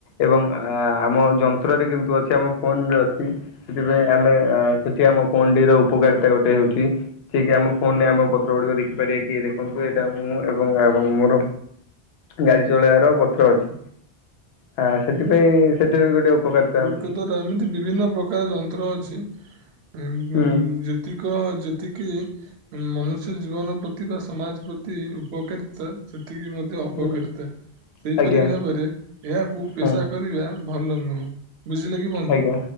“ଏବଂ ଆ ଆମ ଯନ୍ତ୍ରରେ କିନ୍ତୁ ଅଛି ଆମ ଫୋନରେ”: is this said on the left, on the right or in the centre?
Left